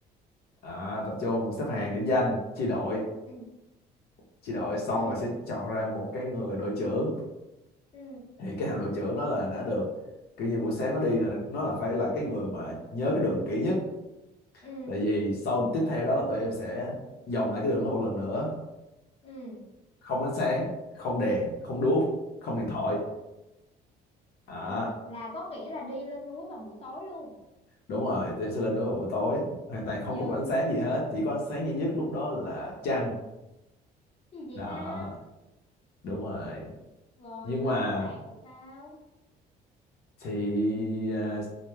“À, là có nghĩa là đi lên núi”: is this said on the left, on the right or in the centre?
Left